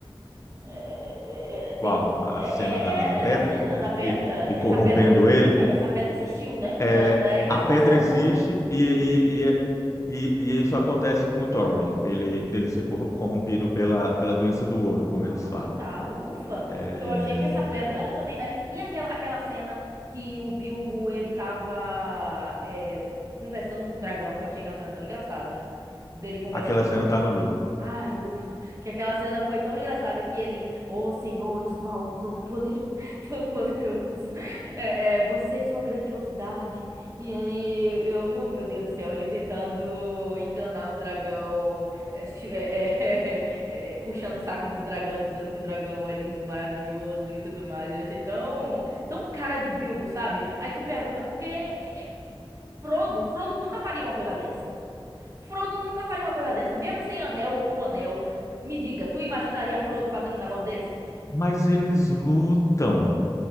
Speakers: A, on the right; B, on the left.
A: É, é, é, é, tem
B: Qual?
A: que,
B: A
A: é,
B: cena
A: é-
B: da, da pedra,
A: é essa cena
B: de,
A: da pedra.
B: que
A: Essa
B: de corrompendo
A: pedra,
B: ele.
A: é, essa pedra existiu, né?
B: É,
A: Não é, não é imaginação,
B: a pedra existe
A: não, né?
B: e, e, e, e, e isso acontece com o Thorin, ele dele ser corro- corrompido pela, pela doença do ouro, como
A: Ah,
B: eles falam.
A: tá, ufa.
B: É,
A: Que eu achei que essa pedra também. Ah, E, e aquela, aquela cena que o Bilbo ele tava é, conversando com o dragão, que eu achei aquela cena tão engraçada. Dele conversando
B: Aquela cena está no livro.
A: Ai, ufa. Que aquela cena foi tão engraçada que ele, ó Senhor, Smaug todo-poderoso, <laughs> todo-poderoso, é, é, você, sua grandiosidade. E aí, eu, meu, meu Deus do céu, ele tentando enganar o dragão, é, chu- é, é, <laughs> é, é, puxando o saco do dragão, dizendo que o dragão é lindo, maravilhoso e tudo mais. Eu achei tão, tão cara de Bilbo, sabe? Aí tu pergunta, por que é, é, Frodo? Frodo nunca faria uma coisa Frodo nunca faria uma coisa dessa, mesmo sem anel ou com anel. Me diga, tu imaginaria Frodo fazendo um negócio desse?
B: Mas eles lutam.